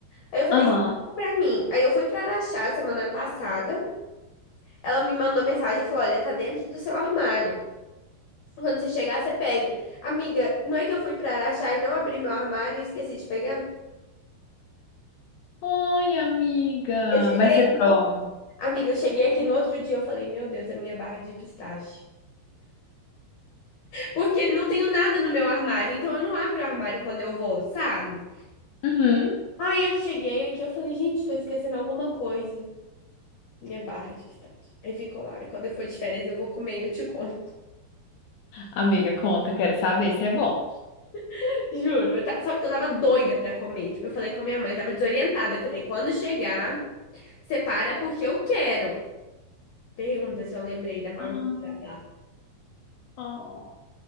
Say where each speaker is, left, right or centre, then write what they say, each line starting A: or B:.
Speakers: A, on the left; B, on the left.
A: Aí eu falei,
B: Aham.
A: "Separa pra mim. Aí eu fui pra Araxá semana passada. Ela me mandou mensagem e falou: "Olha, tá dentro do seu armário". Quando você chegar, você pega. Amiga, não é que eu fui pra Araxá e não abri meu armário e esqueci de pegar?
B: Oi, amiga.
A: Eu cheguei
B: Mas você
A: aqui
B: prova.
A: no... Amiga, eu cheguei aqui no outro dia, eu falei, meu Deus, a minha barra de pistache. Porque não tenho nada no meu armário, então eu não abro o armário quando eu vou, sabe?
B: Uhum.
A: Aí eu cheguei aqui, eu falei, gente, tô esquecendo alguma coisa. Minha barra de pistache. Aí ficou lá. E quando eu for de férias, eu vou comer e eu te conto.
B: Amiga, conta, quero saber se é bom.
A: <laughs> Juro. eu ta- Só porque eu tava doida pra comer. Tipo, eu falei com a minha mãe, eu tava desorientada. Eu falei, quando chegar, separa porque eu quero. Pergunta se eu lembrei da maldita
B: Ah,
A: da Dark.
B: oh.